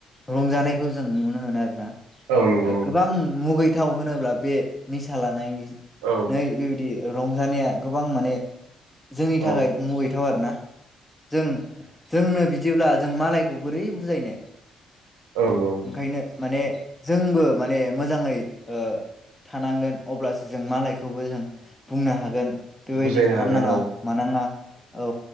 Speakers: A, on the left (about 15°); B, on the right (about 80°).
A: रंजानायखौ जों। नुनो आरो ना।
B: औ नंगौ
A: ओ
B: नंगौ
A: गोबां मुगैद। गोथाव होनोब्ला बे निसा लानायनिज।
B: औ
A: नै बेबिद बिदि रंजानाया गोबां माने। जोंनि थाखाय
B: औ
A: मुगैथाव आरो ना। जों जोंनो बिदिब्ला जों मालायखौ बोरै बुजायनो।
B: औ नंगौ नंगौ
A: ओंखायनो माने। जोंबो माने मोजाङै ओ थानांगोन अब्लासो जों मालायखौबो जों बुंनो हागोन। बेबायदि
B: बुजायनो
A: खालाम
B: हागोन
A: नाङा
B: औ
A: मानोना औ।